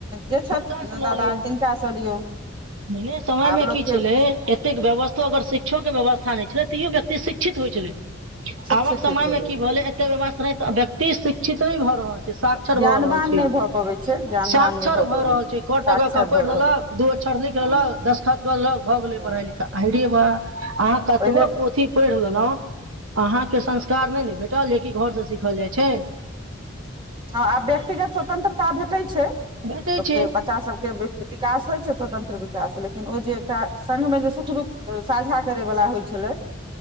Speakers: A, on the right; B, on the right.
A: जे छथि
B: हुनकासँ लऽ
A: दादा
B: लिअ
A: तिनकाँ सँ लियौन
B: पहिने समय
A: आब
B: मे
A: लोकके
B: की छलै एतेक व्यवस्थो अगर शिक्षो के व्यवस्था नय छलै तैयो व्यक्ति शिक्षित होइ छलै
A: शिक्षित
B: आबक समय
A: होइ छलै
B: में की भेले एतेक व्यवस्था रहैत व्यक्ति शिक्षित नै भए रहल छै साक्षर
A: ज्ञानवान
B: भऽ रहल छै
A: नहि भऽ पबै छै ज्ञानवान
B: साक क्षर
A: नहि भऽ
B: भए
A: पबै
B: रहल छै क
A: साक्षर
B: ट कऽकऽ पैढ
A: भऽ रहल
B: लेलक
A: छै
B: दू अक्षर लिख
A: हँ
B: लेलक दसखत कऽ लेलक भऽ गेले
A: हँ
B: पढ़ाई लिखाई अएरे बा अहाँ कतबो
A: पहिले
B: पोथी पैढ़ लेलहुँ अहाँके संस्कार नय ने भेटल जेकि घरसँ सीखल जाइ छै
A: हँ आब व्यक्तिगत स्वतंत्रता भेटै छै
B: भेटै
A: लोक
B: छै
A: के बच्चा सभ के विकास होय छै स्वतंत्र विकास लेकिन ओ जे एकटा संग में जे सुख दुःख साझा करै वला होइ छलै <inaudible>